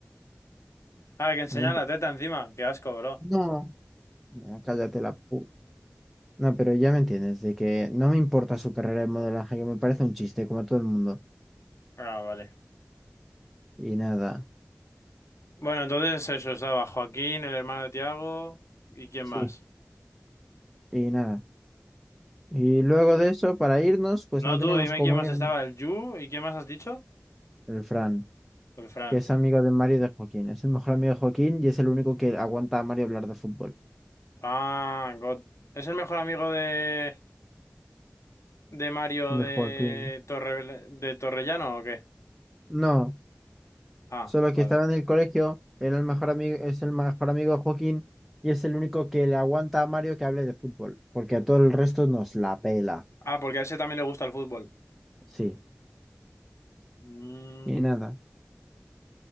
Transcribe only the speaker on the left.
Ah, que enseña
la teta encima. Qué asco, bro.
Ah, vale.
Bueno, entonces eso estaba Joaquín, el hermano de Tiago. ¿Y quién
más?
No
tú, dime
quién más
estaba, el Yu. ¿Y quién más has dicho?
El Fran.
Ah, God. ¿Es el mejor amigo de, de Mario
de
Torre, de Torrellano o qué?
Ah,
vale.
Ah, porque a ese también le gusta el fútbol.
Mm,